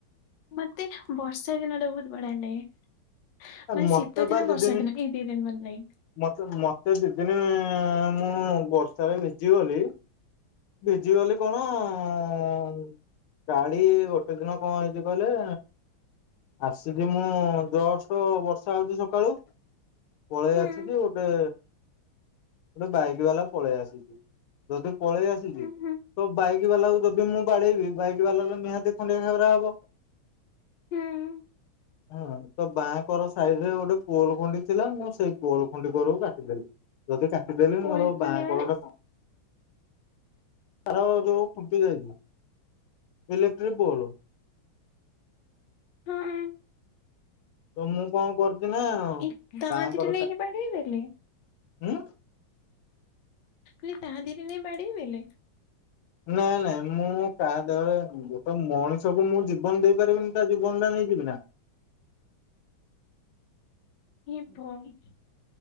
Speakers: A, on the left; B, on the left.
A: ମତେ ବର୍ଷା ଦିନଟା ବହୁତ ବଢ଼ିଆ ଲାଗେ।
B: ମତେ
A: ଶୀତ
B: ବା
A: ଦିନ
B: ଦି
A: ବର୍ଷା
B: ଦିନି
A: ଦିନ ଏଇ ଦି ଦିନି ଭଲ ଲାଗେ।
B: ମତେ ମତେ ଦି'ଦିନି ମୁଁ ବର୍ଷାରେ ଭିଜିି ଗଲି ଭିଜିଗଲି କଣ ଅଁ ଗାଡ଼ି ଗୋଟେ ଦିନ କଁ ହେଇଚି କହିଲ ଆସିଛିି ମୁଁ ଯଷ୍ଟ୍ ବର୍ଷା ହେଇଚି ସକାଳୁ ପଳେଇ
A: ହୁଁ
B: ଆସିଛି ଗୋଟେ ଗୋଟେ ବାଇକ୍ ବାଲା ପଳେଇ ଆସିଚି ଯଦି ପଳେଇ ଆସିଚି
A: ଉଁ ହୁଁ
B: ତ ବାଇକ୍ ବାଲାକୁ ଯଦି ମୁଁ ବାଡେଇବି ବାଇକ୍ ବାଲାର ନିହାତି ଖଣ୍ଡିଆ ଖାବେରା ହବ <inaudible>
A: ହୁଁ।
B: ହଁ ତ ବାଁକର ସାଇଡ଼ ରେ ଗୋଟେ ପୋଲ୍ ଖୁଣ୍ଟି ଥିଲା ମୁଁ ସେଇ ପୋଲ ଖୁଣ୍ଟି କରକୁ କାଟିଦେଲି। ଯଦି କାଟିଦେଲି ମୋର
A: ଓଲ ଖଣ୍ଡେ
B: ବାଁ
A: ମାନେ
B: କର ଟା ପ <unintelligible> ଯୋଉଁ ଫୁଟି ଯାଇଛି ଇଲେକ୍ଟ୍ରିକ୍ ପୋଲ।
A: ହଁ।
B: ତ ମୁଁ କଣ କରୁଛି ନା
A: ଏ ତା ଦେହରେ
B: ବାଁକର
A: ନେଇକି
B: ସାଇଟ
A: ବାଡେଇ ଦେଲେ
B: ହୁଁ।
A: ଇଏ ତା ଦେହରେ ନେଇ ବାଡ଼େଇ ଦେଲେ?
B: ନାଇଁ ନାଇଁ ମୁଁ କାହା ଦେହରେ ଗୋଟେ ମଣିଷକୁୁ ମୁଁ ଜୀବନ ଦେଇପାରିବିନି ତା ଜୀବନ ଟା ନେଇଯିବି ନା?
A: ଏ ଭଇ